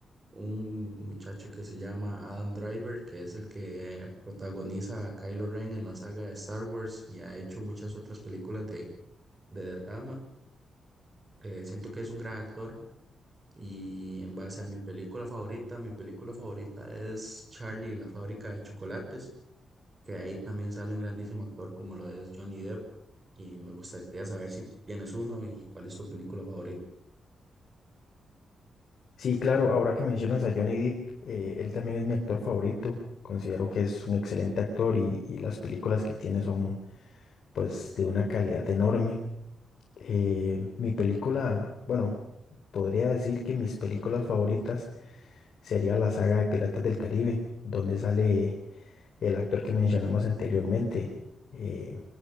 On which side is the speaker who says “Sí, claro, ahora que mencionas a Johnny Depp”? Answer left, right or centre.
Left